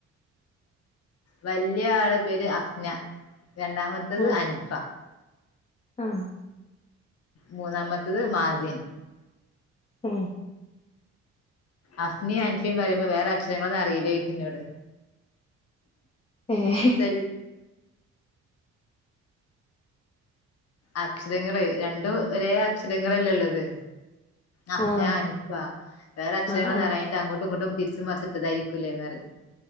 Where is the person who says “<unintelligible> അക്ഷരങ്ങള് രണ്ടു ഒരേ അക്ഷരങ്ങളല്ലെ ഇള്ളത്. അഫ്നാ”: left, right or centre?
Left